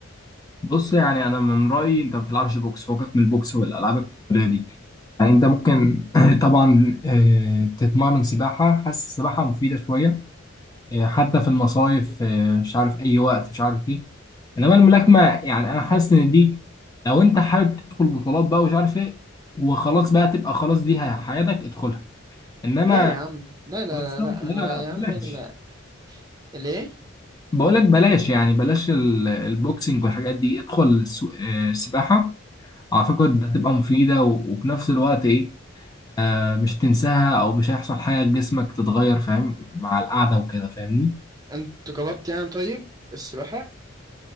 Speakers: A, on the left; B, on the right.
A: <laughs> بص يعني انا من رايي انت ما بتلعبش بوكس فوقك من البوكس والالعاب القتاليه دي يعني انت ممكن <clears throat> طبعا آه، تتمرن سباحه حاسس السباحه مفيده شويه آه، حتى في المصايف آه، مش عارف اي وقت مش عارف ايه انما الملاكمه يعني انا حاسس ان دي لو انت حابب تدخل بطولات بقى ومش عارف ايه وخلاص بقى تبقى خلاص دي حياتك ادخلها انما
B: لا يا عم لا لا لا,
A: بالظبط
B: لا.
A: لا
B: انا
A: لا
B: يا
A: بلاش
B: عم ال- ليه
A: بقولك بلاش يعني بلاش ال- البوكسنج والحاجات دي ادخل الس- آه، السباحة أعتقد هتبقى مفيدة و- وفي نفس الوقت إيه آه، مش تنساها أو مش هيحصل حاجة لجسمك تتغير فاهم مع القعدة وكده فاهمني
B: انت جربت يعني طيب السباحة